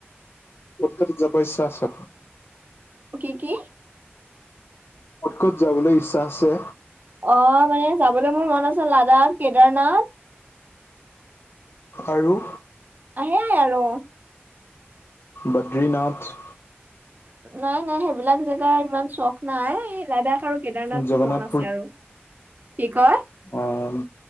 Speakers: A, on the left; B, on the right.
A: ক'ত ক'ত যাব ইচ্ছা আছে।
B: কি কি?
A: ক'ত ক'ত যাবলৈ ইচ্ছা আছে।
B: অ' মানে যাবলৈ মোৰ মন আছে লাডাখ, কেদাৰনাথ।
A: আৰু?
B: হেয়াই আৰু।
A: বদ্ৰীনাথ।
B: নাই, নাই সেইবিলাক জেগাৰ ইমান চখ নাই, লাডাখ আৰু কেদাৰনাথটো
A: জগন্নাথ
B: মন আছে আৰু। কি কয়?
A: অহ'